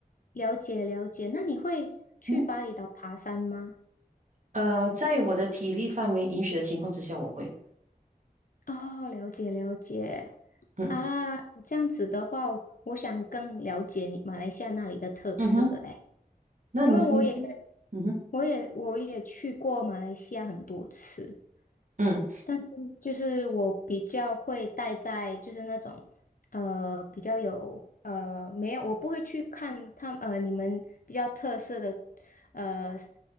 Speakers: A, on the left; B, on the right.
A: 了解了解，那你会去巴厘岛爬山吗？
B: 嗯，呃，在我的体力范围允许的情况之下，我会。
A: 哦，了解了解
B: 嗯
A: 啊，这样子的话，我想更了解你马来西亚那里的特色诶，
B: 嗯哼，那你是你
A: 因为我也
B: 嗯哼
A: 我也我也去过马来西亚很多次，
B: 嗯
A: 但是就是我比较会待在就是那种呃比较有呃没有我不会去看他们呃你们比较特色的呃